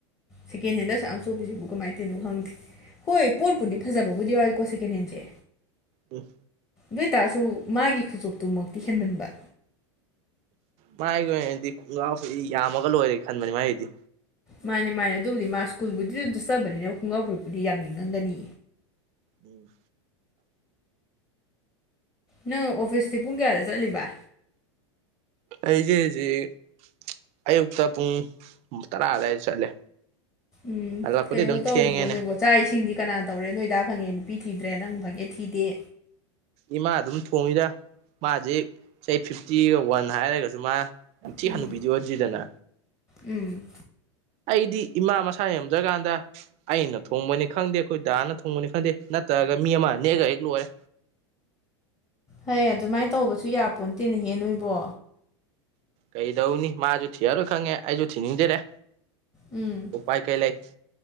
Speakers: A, on the left (about 20°); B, on the right (about 45°).
A: ꯁꯦꯀꯦꯟ ꯍꯦꯟꯗ ꯑꯁꯨꯛ ꯌꯥꯝ ꯆꯣꯄꯤꯁꯤꯕꯨ ꯀꯃꯥꯏ ꯇꯧꯔꯤꯅꯣ ꯈꯪꯗꯦ ꯍꯣꯏ ꯄꯣꯠꯄꯨꯗꯤ ꯐꯥꯖꯕꯕꯨꯗꯤ ꯌꯥꯎꯋꯏꯀꯣ ꯁꯦꯀꯦꯟ ꯍꯦꯟꯁꯦ
B: ꯑꯝ
A: ꯑꯣꯏꯇꯥꯔꯁꯨ ꯃꯥꯒꯤ ꯈꯨꯆꯣꯞꯇꯨꯃꯛꯇꯤ ꯍꯦꯟꯃꯟꯕ
B: ꯃꯥꯏꯒꯤ ꯑꯣꯏꯅꯗꯤ ꯈꯣꯡꯒ꯭ꯔꯥꯎ ꯐꯤ ꯌꯥꯝꯃꯒ ꯂꯣꯏꯔꯦ ꯈꯟꯕꯅꯤ ꯃꯥꯏꯒꯤꯗꯤ
A: ꯃꯥꯅꯦ ꯃꯥꯅꯦ ꯑꯗꯨꯕꯨꯗꯤ ꯃꯥ ꯁ꯭ꯀꯨꯜꯕꯨꯗꯤ ꯑꯗꯨꯝ ꯆꯠꯆꯕꯅꯤꯅ ꯈꯨꯡꯒ꯭ꯔꯥꯎ ꯐꯨꯔꯤꯠꯄꯨꯗꯤ ꯌꯥꯝꯅꯤꯡꯉꯝꯒꯅꯤ
B: ꯎꯝ
A: ꯅꯪ ꯑꯣꯐꯤꯁꯇꯤ ꯄꯨꯡ ꯀꯌꯥꯗ ꯆꯠꯂꯤꯕ
B: ꯑꯩꯁꯦ ꯍꯧꯖꯤꯛ ꯑꯌꯨꯛꯇ ꯄꯨꯡ ꯇꯔꯥ ꯑꯗꯨꯋꯥꯏꯗ ꯆꯠꯂꯦ
A: ꯎꯝ
B: ꯍꯜꯂꯛꯄꯗꯤ
A: ꯀꯩꯅꯣ
B: ꯑꯗꯨꯝ
A: ꯇꯧꯔꯤꯕꯣ
B: ꯊꯦꯡꯉꯦꯅꯦ
A: ꯅꯣꯏꯕꯣ ꯆꯥꯛ ꯏꯁꯤꯡꯗꯤ ꯀꯅꯥ ꯇꯧꯔꯦ ꯅꯣꯏꯗꯥ ꯐꯪꯉꯦ ꯅꯨꯄꯤ ꯊꯤꯗ꯭ꯔꯦ ꯅꯪ ꯐꯪꯉꯦ ꯊꯤꯗꯦ
B: ꯏꯃꯥ ꯑꯗꯨꯝ ꯊꯣꯡꯉꯤꯗ ꯃꯥ ꯍꯧꯖꯤꯛ ꯆꯍꯤ ꯐꯤꯐꯇꯤꯒ ꯋꯥꯟ ꯍꯥꯏꯔꯒꯁꯨ ꯃꯥ ꯌꯥꯝ ꯊꯤ
A: ꯎꯝ
B: ꯍꯥꯅꯨꯕꯤꯗꯤ ꯑꯣꯟꯗ꯭ꯔꯤꯗꯅ
A: ꯎꯝ
B: ꯑꯩꯗꯤ ꯏꯃꯥ ꯃꯁꯥ ꯉꯝꯗ꯭ꯔ ꯀꯥꯟꯗ ꯑꯩꯅ ꯊꯣꯡꯕꯅꯤ ꯈꯪꯗꯦ ꯑꯩꯈꯣꯏ ꯗꯥꯅ ꯊꯣꯡꯕꯅꯤ ꯈꯪꯗꯦ ꯅꯠꯇ꯭ꯔꯒ ꯃꯤ ꯑꯃ ꯅꯦꯛꯑꯒ ꯍꯦꯛ ꯂꯣꯏꯔꯦ
A: ꯍꯩ ꯑꯗꯨꯃꯥꯏꯟ ꯇꯧꯕꯁꯨ ꯌꯥꯄꯣꯟꯠꯇꯦꯅꯦ ꯍꯦ ꯅꯣꯏꯕꯣ
B: ꯀꯩꯗꯧꯅꯤ ꯃꯥꯁꯨ ꯊꯤꯔꯔꯣꯏ ꯈꯪꯉꯦ ꯑꯩꯁꯨ ꯊꯤꯅꯤꯡꯗꯔꯦ
A: ꯎꯝ
B: ꯎꯄꯥꯥꯏ ꯀꯩ ꯂꯩ